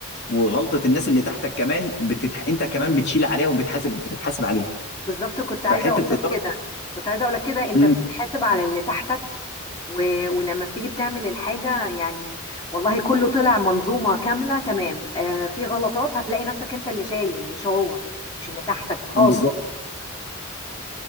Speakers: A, on the left; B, on the left.
A: وغلطه الناس اللي تحتك كمان بتتح... انت كمان بتشيل عليها وبتحاسب بتتحاسب عليها
B: بالظبط كنت
A: فحته
B: عايزة أقول
A: اداره
B: لك كده كنت عايزة أقول لك كده أنت
A: امم
B: بتتحاسب على اللي تحتك و... ولما بتيجي بتعمل الحاجة يعني والله كله طلع منظومة كاملة تمام آه في غلطات هتلاقي نفسك أنت اللي شايل مش هو مش اللي تحتك خالص
A: آه، بالظبط